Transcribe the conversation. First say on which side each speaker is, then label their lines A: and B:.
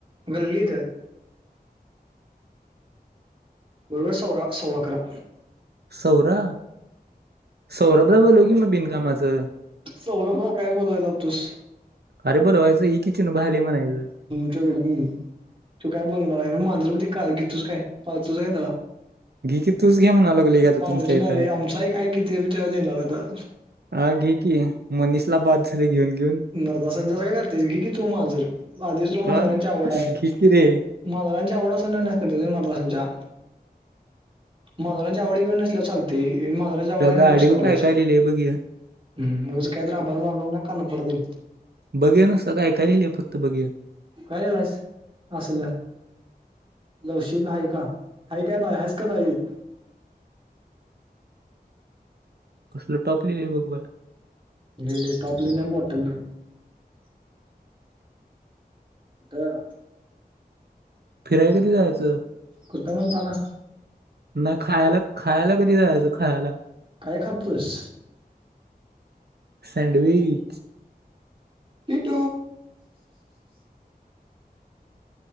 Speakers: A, on the right; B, on the right.
A: गल्लीत बरोबर सौरा सववा करा
B: सौरा सौरभला बोोलू की म बिनकामाचं
A: सौरफा काय बोलायला लावतोस
B: अरे बोला वयं ही किचन बाहिली म्हणायचं
A: च्याल म तू काय बोलणार आहे मी माांजर ते काय घेतोच काय पाहतोस काय त्याला
B: घे की तूच घे म्हणा लागलोय आता
A: मांजरीे
B: तुमच्या इथं
A: नाही रे आमचाही काय किती ते येणार आता
B: हा घे की मनीषला बाद झाली घेऊन घेऊन
A: नरदाासांजस काय करतेस की कि तू मांजर आधी तुला
B: हा
A: मांजरांची आवड आहे
B: घे की रे
A: मदांच्या आवडा करत तु मारसांच्या मनोरांज आवडे घेन नसल्या चालते मन वढ्या नाही
B: गाडीव
A: तस करलायसम
B: काय काय लिहिलंय बघ
A: मग काय द राबर मारण ना करना पड दि
B: बघे ना स काय काल आहे फक्त बघीया
A: कायलायस असलं लवशीप हई का हा काय बाई आहेस का बााई
B: कसल टॉप लिहिले आहे बघ बा
A: लली टॉपलीि नाही मोटत म ह
B: फिराय कधी जायचं
A: कुठं म्हणताना
B: नाही खायला खायला कधी जायचं खायला
A: काय खपतस
B: सँडविच
A: ती त